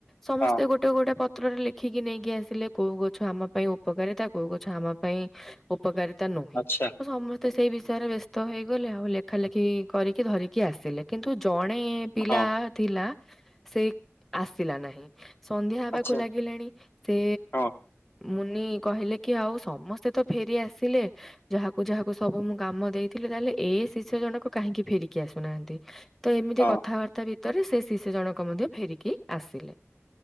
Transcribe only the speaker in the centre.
ସମସ୍ତେ
ଗୋଟେ ଗୋଟେ ପ ପତ୍ରରେ ଲେଖିକି ନେଇକି ଆସିଲେ କୋଉ ଗଛ ଆମ ପାଇଁ ଉପକାରିତା କୋଉ ଗଛ ଆମ ପାଇଁ ଉପକାରିତା ନ
ତ ସମସ୍ତେ ସେଇ ବିଷୟରେ ବ୍ୟସ୍ତ ହେଇଗଲେ ଆଉ ଲେଖା ଲେଖି କରିକି ଧରିକି ଆସିଲେ। କିନ୍ତୁ ଜଣେ ପିଲା
ଥିଲା ସେ ଆସିଲା ନାହିଁ। ସନ୍ଧ୍ୟା ହେବାକୁ
ଲାଗିଲାଣି। ସେ
ମୁନି କହିଲେ କି ଆଉ ସମସ୍ତେ ତ ଫେରି ଆସିଲେ ଯାହାକୁ ଯାହାକୁ ସବୁ ମୁଁ କାମ ଦେଇଥିଲି ତାହେଲେ ଏ ଶିଷ୍ୟ ଜଣକ କାହିଁକି ଫେରିକି ଆସୁନାହାନ୍ତି। ତ ଏମିତି
କଥାବାର୍ତ୍ତା
ଭିତରେ ସେ ଶିଷ୍ୟ ଜଣକ ମଧ୍ୟ ଫେରିକି ଆସିଲେ।